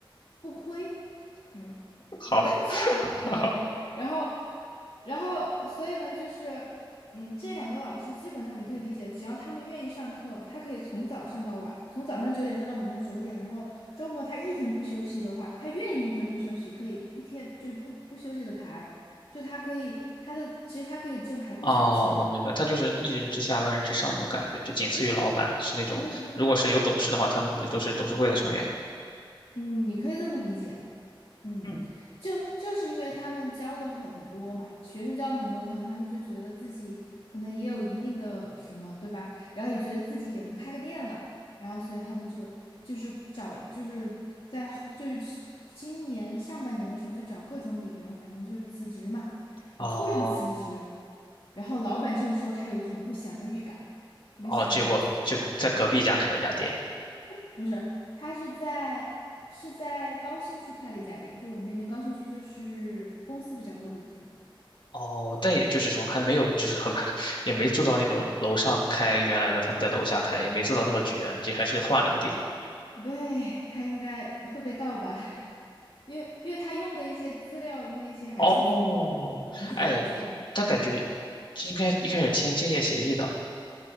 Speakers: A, on the left; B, on the left.
A: 不亏。嗯，
B: 好，
A: 我也不知道，
B: <laughs>
A: 嗯，然后，然后，所以呢，就是，嗯，这两个老师基本上你可以理解，只要他们愿意上课，他可以从早上到晚，从早上九点上到晚上九点，然后周末他一天不休息的话，他愿意一天不休息，可以一天就不不休息的排，就他可以，他的其实他可以挣还不少钱。
B: 哦，我明白，他就是一人之下万人之上那种感觉，就仅次于老板，
A: 嗯嗯
B: 是那种如果是有董事的话，
A: 嗯嗯。
B: 他们肯定都是董事会的成员。
A: 嗯，你可以这么理解。嗯，
B: 嗯，
A: 就就是因为他们教的很多嘛，学生教的很多，可能他们就觉得自己可能也有一定的什么，对吧？然后也觉得自己也能开个店了，然后所以他们就就是找就是在后就是去今年上半年的时候就找各种理由，反正就辞职嘛，
B: 哦
A: 然后突然辞职，然后老板就说他有一种不祥的预感，没想到。
B: 哦，结果就在隔壁家开了家店。
A: 不是，他是在是在高新区开了一家店，就我们那边高新区就是公司比较多的地方。
B: 哦，但也就是说还没有，就是他们 <laughs> 也没做到那种楼上开原来的，他们在楼下开，也没做到那么绝，这还是换了个地方。
A: 对，他应该会被告吧，<laughs> 因为因为他用的一些资料那些还是从我们学校出来的，
B: 哦，哎，但感觉
A: 嗯，
B: 应该一开始签竞业协议的。